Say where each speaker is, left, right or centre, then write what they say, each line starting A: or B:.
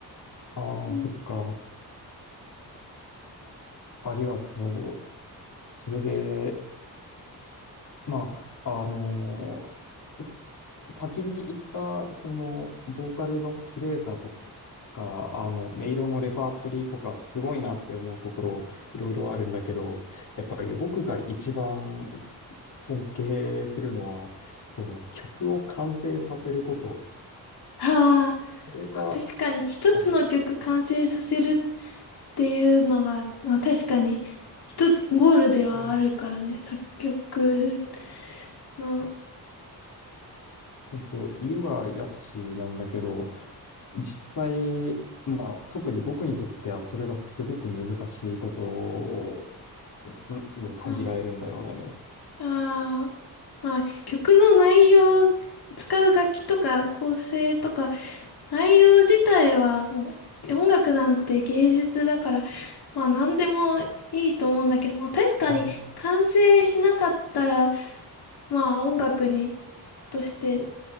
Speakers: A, on the left; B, on the left.
A: ああ、
B: うん、
A: そっか。ありがとう。それで、まあ、あのす先に言った、その、ボーカルの綺麗さとか、あの、音色のレパートリーとか、すごいなって思うところ、いろいろあるんだけど、やっぱり僕が一番す尊敬するのは、その、曲を完成させること。
B: ああ、
A: それが、
B: まあ確かに一つの曲完成させるっ
A: あの、
B: ていうのが、まあ確かに一つゴールではあるからね、
A: うん、
B: 作曲の、
A: 本当、言いは易しなんだけど、実際、まあ、特に僕にとってはそれがすごく難しいことをんに感じられるんだよね。
B: ああー、まあ、曲の内容、使う楽器とか構成とか、内容自体はもう音楽なんて芸術だから、まあ何でもいいと思うんだけど、まあ確かに完成しなかったら、
A: ああ、
B: まあ音楽にとして